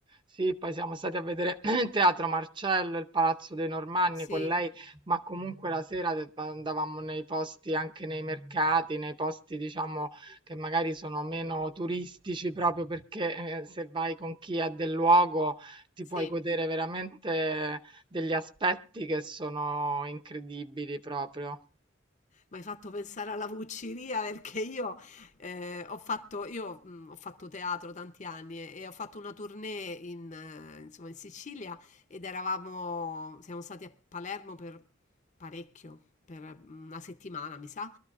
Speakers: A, on the right; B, on the left.
A: Sì, poi siamo stati a vedere <clears throat> il Teatro Marcello, il Palazzo dei Normanni
B: Sì,
A: con lei, ma comunque la sera de- andavamo nei posti, anche nei mercati, nei posti, diciamo, che magari sono meno turistici, proprio perché eh, se vai con chi è del luogo ti
B: sì.
A: puoi godere veramente degli aspetti che sono incredibili proprio.
B: Mi hai fatto pensare alla Vucciria perché io, eh, ho fatto, io, mh, ho fatto teatro tanti anni e, e ho fatto una tournée in, eh, insomma, in Sicilia ed eravamo, siamo stati a Palermo per parecchio, per una settimana mi sa.